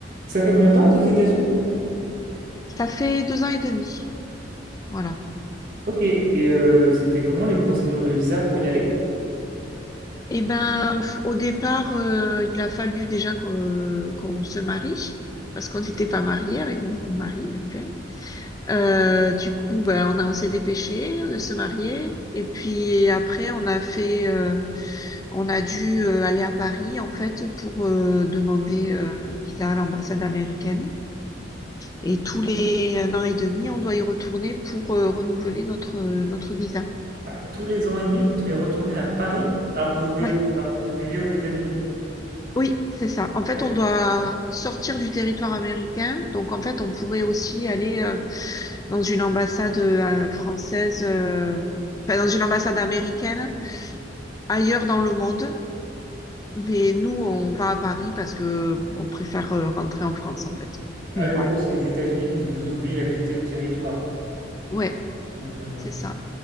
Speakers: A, on the right; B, on the left.
A: Ça fait combien de temps que tu es aux États-Unis?
B: Ça fait deux ans et demi. Voilà.
A: Ok, et euh, c'était comment les procédures de visa pour y aller?
B: Eh ben, au départ, euh, il a fallu déjà qu'on qu'on se marie, parce qu'on n'était pas mariés avec mon mari actuel. Euh, du coup, ben, on a, on s'est dépêché de se marier. Et puis après, on a fait, euh, on a dû euh, aller à Paris, en fait, pour euh, demander euh, visa à l'ambassade américaine. Et tous les un an et demi, on doit y retourner pour euh, renouveler notre, notre visa.
A: Ah, tous les ans et demi, vous devez retourner à Paris alors que vous vivez,
B: Ouais.
A: alors que vous vivez aux États-Unis.
B: Oui, c'est ça. En fait,
A: Ah
B: on doit sortir du territoire américain. Donc, en fait, on pourrait aussi aller euh, dans une ambassade euh, française, euh, enfin, dans une ambassade américaine ailleurs dans le monde. Mais nous, on va à Paris parce que on préfère euh, rentrer en France, en fait.
A: ah
B: Mais
A: oui,
B: voilà.
A: en gros, c'est les États-Unis qui vous obligent à quitter le territoire
B: Ouais,
A: ponctuellement.
B: c'est ça.